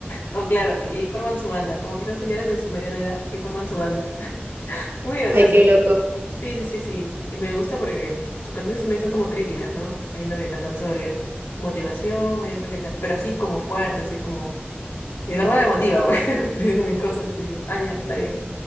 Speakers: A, on the left; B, on the right.
A: Oh, claro, y forman su banda. Como que son señoras en su mediana edad y forman su banda. <laughs> Muy gracioso.
B: Ay, qué loco.
A: Sí, sí, sí, sí. Y me gusta porque sus canciones también son como críticas, ¿no? Hay uno que cantan sobre motivación, hay otro que canta, pero así como fuerte, así como... Y de verdad me motiva, <laughs> pues, cuando estoy viendo mis cosas, digo, ah, ya, está bien.